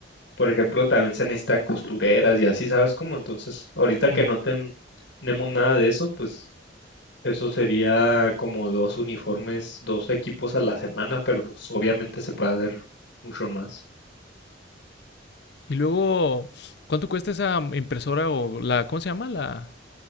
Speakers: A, on the left (about 80°); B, on the left (about 60°).
A: por ejemplo, también se necesitan costureras y así, ¿sabes cómo? Entonces, ahorita que
B: mm,
A: no ten- tenemos nada de eso, pues eso sería como dos uniformes, dos equipos a la semana, pero pues obviamente se puede hacer mucho más.
B: Y luego, ¿cuánto cuesta esa impresora o la... ¿Cómo se llama? La...